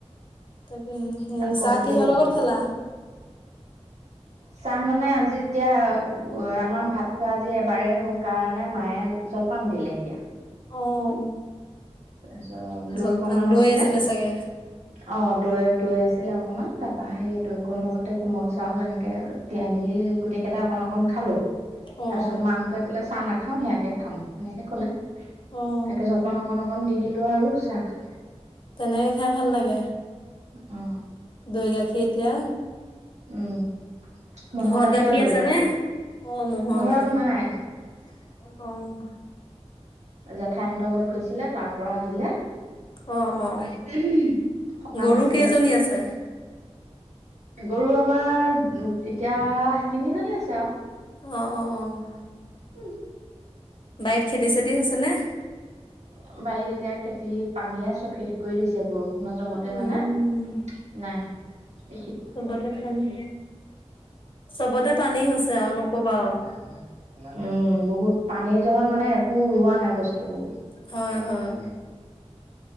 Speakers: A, on the left; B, on the right.
A: তাকেহে সেই
B: তাক কমকে
A: চাহ কিহৰ
B: দিওঁ
A: লগত খালা?
B: চাহ মানে আজি এতিয়া আমাৰ ভাত খোৱা আজি এবাৰেই হল কাৰণে মায়ে জলপান দিলে এতিয়া।
A: অ'।
B: তাৰ পিছত দৈ
A: জলপান
B: অকণমান
A: দৈ
B: আছিলে,
A: চাগে
B: অ' দৈ দৈ আছিলে অকণমান তাৰপা হেয়ে দৈ অকণ লগতে কোমল চাউল এনেকে, তিয়াই-মেলি গোটেই কেইটাক অকণ-অকণ খালোঁ,
A: অ'
B: তাৰপিছত মাহতে কলে চাহ নাখাওঁ সেয়াকে খাম, সেনেকে কলে
A: অ'
B: তাৰ পা জলপান অকণ অকণ দি দিলোঁ আৰু চাহ খালে।
A: তেনেকে খাই ভাল লাগে
B: অ'।
A: দৈ গাখীৰ এতিয়া
B: উম, মহৰ
A: ঘৰত
B: গাখীৰৰ
A: গাখীৰ
B: দৈ
A: আছে
B: বাও,
A: নে? অ' ম'হৰ
B: ঘৰত
A: গাখীৰ।
B: নাই
A: অ'।
B: জেঠাইহঁতৰ ঘৰত গৈছিলে তাৰ পৰা দিলে
A: অ', অ'।
B: <unintelligible> সকাম
A: গৰু
B: আছিলে
A: কেইজনী আছে?
B: গৰু আমাৰ উহুম-এতিয়া তিনিজনী আছে আও
A: অ', অ', অ
B: হুম
A: বাৰীত খেতি-চেতি হৈছেনে?
B: আওম বাৰীত এতিয়া খেতি, পানীয়ে চব শেষ কৰি দিছে ব্ৰৌ সোণৰ জহতে
A: উম
B: মানে, নাই, এইখিত
A: চবতে পানী, চবতে পানী হৈছে আও নকবা আও
B: আন্ধাৰত ইমান উম বহুত পানী জহত মানে একো ৰোৱা নাই বস তুবুং,
A: হয়
B: নাঙলত
A: হয়।
B: ধৰি নিয়ে আকৌ